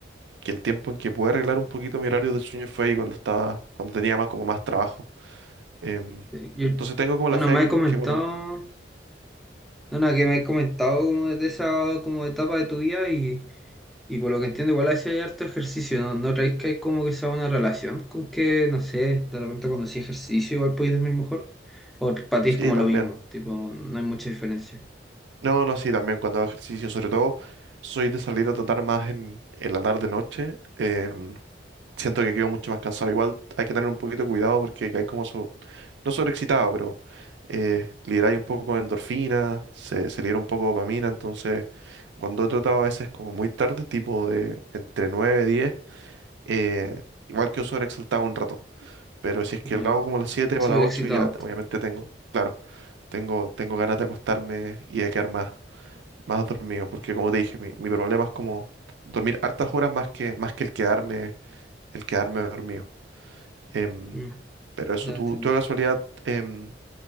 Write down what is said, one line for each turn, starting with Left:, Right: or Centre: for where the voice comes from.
Right: que el tiempo en que pude arreglar un poquito mi horario de sueño fue ahí cuando estaba, cuando tenía más como más trabajo. Em,
Centre: Sí, yo-
Right: entonces tengo como
Centre: bueno,
Right: la fe
Centre: me
Right: que,
Centre: has comentado,
Right: que cuando...
Centre: no, nada, que me has comentado como de esa como etapa de tu vida y... Y por lo que entiendo, igual hace harto ejercicio, ¿no? ¿No creéis que hay como que sea una relación con que, no sé, de repente cuando hacéis ejercicio igual podéis dormir mejor? ¿O para ti
Right: Sí,
Centre: es como
Right: también.
Centre: lo mismo? Tipo, no hay mucha diferencia.
Right: No, no, sí, también cuando hago ejercicio, sobre todo soy de salir a tratar más en, en la tarde-noche. em, siento que quedo mucho más cansado. Igual hay que tener un poquito de cuidado porque hay como, so- no sobreexcitado, pero eh, liberáis un poco de endorfina, se, se libera un poco de dopamina. Entonces, cuando he tratado a veces como muy tarde, tipo de entre 9 y 10, eh, igual que sobreexaltado un rato. Pero si es
Centre: Ya.
Right: que lo hago como a las 7
Centre: Súper
Right: o a las 8
Centre: excitado.
Right: ya te- obviamente tengo, claro, tengo, tengo ganas de acostarme y de quedar más, más dormido. Porque como te dije, mi, mi problema es como dormir hartas horas más que, más que el quedarme, el quedarme dormido. Em,
Centre: Mm,
Right: pero eso,
Centre: ya
Right: ¿tú,
Centre: entiendo.
Right: tú de casualidad em,